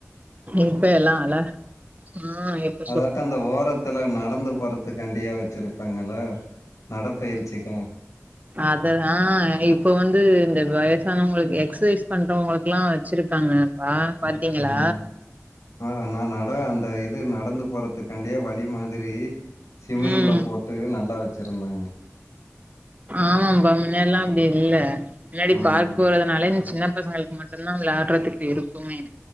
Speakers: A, on the right; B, on the left.
A: இப்ப எல்லா அழ ஆ எப்
B: அதாட்டோ அந்த ஓரத்துல நடந்து போறதுக்காண்டியே வெச்சிருப்பாங்கல்ல நடப்பயிற்ச்சிக்கிங்க
A: அதுதா இப்போ வந்து இந்த வய உங்களுக்கு எக்சைஸ் பண்றவங்களுக்கு எல்லா வெச்சிருக்காங்க பாத்தீங்களா
B: ம் ஆ நா நட அந்த இது நடந்து போறதுக்காண்டியே வழி மாதிரி சிமெண்ட்ல
A: ம்
B: போட்டு நல்லா வச்சிருந்தாங்க
A: ஆமாம்பா முன்னெல்லா அப்டி
B: ம்
A: இல்ல முன்னாடி
B: ம்
A: பார்க் போறதுனாலே சின்ன பசங்களுக்கு மட்டுந்தா விளையாடுறதுக்கு இருக்குமே